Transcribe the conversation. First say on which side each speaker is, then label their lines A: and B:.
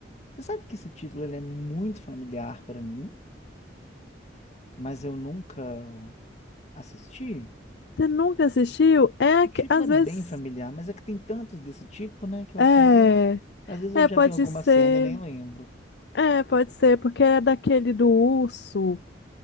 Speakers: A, on the left (about 35°); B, on the left (about 60°).
A: Você sabe que esse título ele é muito familiar para mim, mas eu nunca assisti?
B: Você nunca assistiu? É,
A: O título
B: que às
A: é bem
B: vezes.
A: familiar, mas é que tem tantos desse tipo, né, que eu
B: É,
A: acabo. Às vezes
B: é,
A: eu já
B: pode
A: vi alguma
B: ser.
A: cena e nem lembro.
B: É, pode ser, porque é daquele do urso.